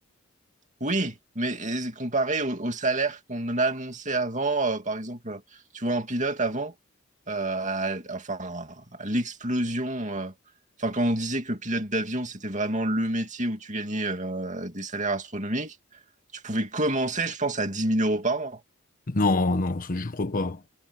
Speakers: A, on the right; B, on the left.
A: Oui, mais et comparé au, au salaire qu'on annonçait avant, euh, par exemple, tu vois, un pilote avant, euh, à- enfin, à l'explosion, euh, enfin, quand on disait que pilote d'avion, c'était vraiment le métier où tu gagnais euh, des salaires astronomiques, tu pouvais commencer, je pense, à dix mille euros par mois.
B: Non, non, ça, je crois pas.